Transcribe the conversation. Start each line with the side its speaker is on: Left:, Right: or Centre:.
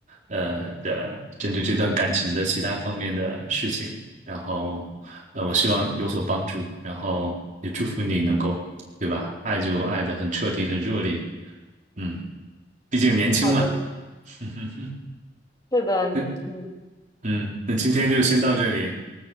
Right: 呃的针对这段感情的其他方面的事情，然后呃我希望有所帮助，然后也祝福你能够，对吧？爱就爱的很彻底，很热烈，嗯，毕竟年轻嘛，
Left: 好的，
Right: <laughs> 嗯哼哼，
Left: 是的，年轻
Right: 那嗯，那今天就先到这里，
Left: 人，